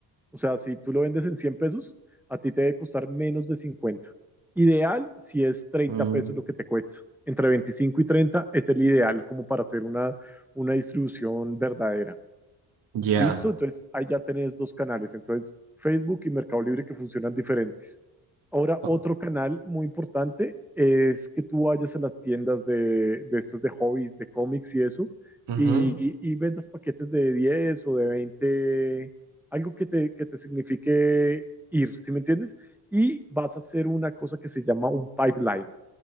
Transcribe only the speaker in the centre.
O sea, si tú lo vendes en 100 pesos, a ti te debe costar menos de 50. Ideal si es 30
pesos lo que te cuesta. Entre 25 y 30 es el ideal como para hacer una, una distribución verdadera.
Listo, entonces ahí ya tenés dos canales, entonces Facebook y Mercado Libre que funcionan diferentes. Ahora,
otro canal muy importante es que tú vayas a las tiendas de, de estas de hobbies, de cómics y eso,
y, y- y vendas paquetes de 10 o de 20, algo que te, que te signifique ir, ¿sí me entiendes? Y vas a hacer una cosa que se llama un pipeline.